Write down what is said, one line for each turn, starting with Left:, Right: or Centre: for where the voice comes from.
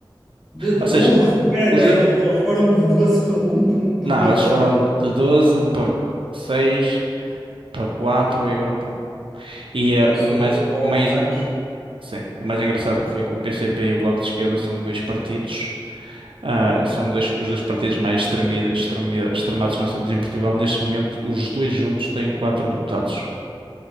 Centre: De,
Right: Ou
Centre: de-
Right: seja,
Centre: uh, <laughs> peraí,
Right: os
Centre: peraí,
Right: do-
Centre: eles, eles foram de 12 para 1 de um, de
Right: não,
Centre: um momento
Right: eles
Centre: para
Right: foram
Centre: o outro.
Right: de 12 para 6 para 4 e agora para 1. E eh,
Centre: Isso
Right: o
Centre: ao
Right: mais,
Centre: longo
Right: o mais,
Centre: dos anos.
Right: Sim, o mais engraçado que foi que o PCP e o Bloco de Esquerda são dois partidos Ah, são dois, os dois partidos mais extremi- extremi- extremados que nós temos em Portugal. Neste momento, os dois juntos têm quatro deputados.